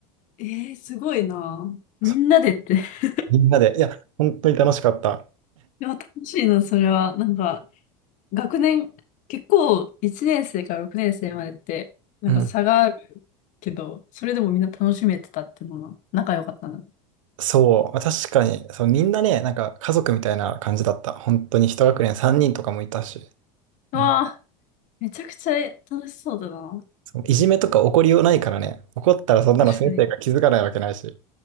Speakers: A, on the left (about 50°); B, on the right (about 85°).
A: ええすごいな。みんなでって。
B: そう
A: <laughs> い
B: みんなで、いや、本当に楽しかった。
A: や、楽しいな、それは。なんか、学年、結構、1年生から6年生までって、なんか差がある
B: うん。
A: けど、それでもみんな楽しめてたっていうのが、仲良かったんだ。う
B: そう、確かに、そう、みんなね、なんか家族みたいな感じだった。本当に一学年3人とかもいたし、
A: わあ、
B: うん、
A: めちゃくちゃ楽しそうだな。
B: そういじめとか起こりようないからね、怒ったらそんなの先生が気づかないわけないし、
A: 確かに。